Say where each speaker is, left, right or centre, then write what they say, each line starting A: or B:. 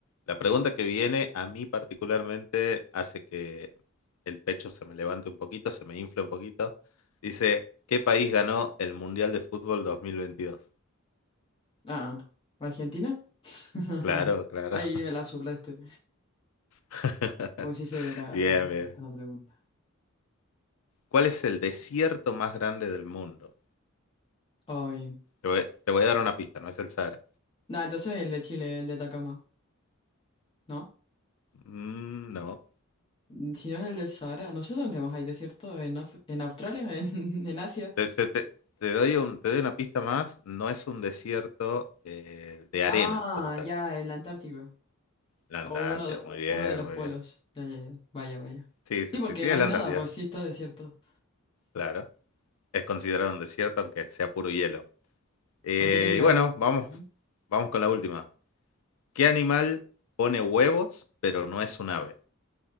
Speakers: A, on the left; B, on the left.
A: la pregunta que viene a mí particularmente hace que el pecho se me levante un poquito, se me infla un poquito. Dice, ¿qué país ganó el Mundial de Fútbol 2022?
B: Ah, ¿Argentina? <laughs>
A: Claro, claro.
B: Ahí me la soplaste.
A: <laughs>
B: Como si se de la,
A: Bien,
B: la falta
A: bien.
B: hasta la pregunta.
A: ¿Cuál es el desierto más grande del mundo?
B: Ay.
A: Te voy, te voy a dar una pista, no es el Sahara.
B: No, entonces el de Chile, el de Atacama, ¿no?
A: Mm, no.
B: Mm, Si no es el del Sahara, no sé dónde más hay desierto, en, Af- en Australia, <laughs> en, en Asia.
A: Te, te- te- te doy un, te doy una pista más. No es un desierto eh, de
B: Ah,
A: arena como tal.
B: ya, el Antártico.
A: La Antártida,
B: O uno de,
A: muy bien,
B: uno de los
A: muy
B: polos.
A: bien.
B: Ya, ya, ya. Vaya, vaya.
A: Sí,
B: Sí,
A: sí,
B: porque
A: sí, sí,
B: no
A: es
B: hay
A: la
B: nada,
A: Antártida,
B: pues sí está desierto.
A: claro. Es considerado un desierto aunque sea puro hielo. Eh,
B: Aunque tenga
A: y bueno,
B: agua.
A: vamos,
B: Ujú.
A: vamos con la última. ¿Qué animal pone huevos pero no es un ave?